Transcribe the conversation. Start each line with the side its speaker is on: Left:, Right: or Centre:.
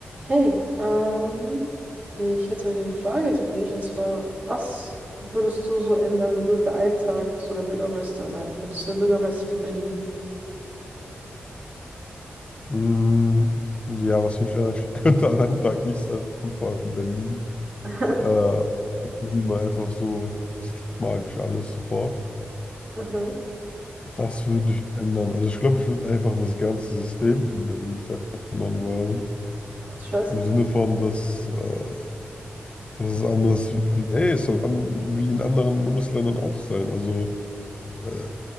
Right: Hey, ähm, ich hätte heute eine Frage für dich und zwar, was würdest du so ändern, wenn du für einen Tag so der Bürgermeister sein könntest? Der Bürgermeister von Berlin.
Left: Mm, Ja, was wünsche ich an einem, <laughs> könnte an einem Tag nicht sein, vor allem in Berlin.
Right: <laughs>
Left: Äh, mal einfach so, es klappt magisch alles sofort.
Right: Aha.
Left: Was würde ich ändern? Also ich glaube, ich würde einfach das ganze System in Berlin verändern wollen.
Right: Ach, du Scheiße.
Left: Im Sinne von, dass, äh, dass es anders wie, hey, es soll an, wie in anderen Bundesländern auch sein. Also, äh,